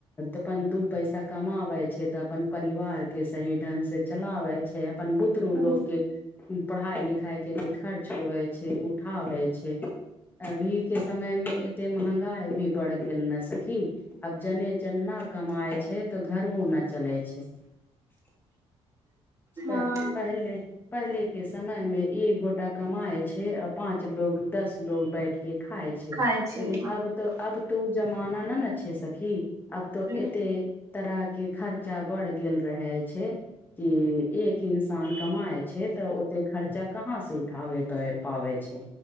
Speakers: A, on the left; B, on the right.
A: अपन दुःख पैसा कमा आबै छै तऽ अपन परिवार के सही ढंग से चलाबै छै अपन बुतरू
B: हूँ
A: लोकके पढ़ाइ लिखाइके जे खर्च होबे छै उठाबै छै अभी के समय मे एते महंगाई भी बढ़ गेल ने सखी अब जने जना कमाय छै तऽ घरवो न चलै छै
B: हँ
A: प पहिले पहले के समय में एक गोटा कमाय छै आ पांच लोग दस लोग बैठ के खाय छै
B: खाय छै
A: लेकिन अब तऽ अब तो ओ जमाना नहि न छैे सखी अब तो
B: हँ
A: एते तरह के खर्चा बढ़ गेल रहे छै कि एक इंसान कमाय छै तऽ ओते खर्चा कहाँ से उठाबे पाबै छै